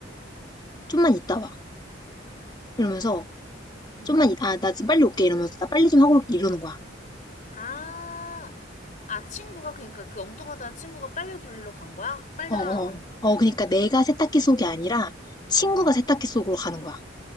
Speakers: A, on the left; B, on the left.
A: 좀만 있다 와. 이러면서
B: 음.
A: 좀만, 이- 아, 나 지금 빨리 올게. 이러면서 나 빨리 좀 하고 올게. 이러는 거야.
B: 아, 아, 친구가, 그러니까 그 엉뚱하다는 친구가 빨래 돌리러 간 거야? 빨래
A: 어, 어.
B: 하러 간다고?
A: 어, 그러니까 내가 세탁기 속이 아니라 친구가
B: 어,
A: 세탁기 속으로 가는 거야.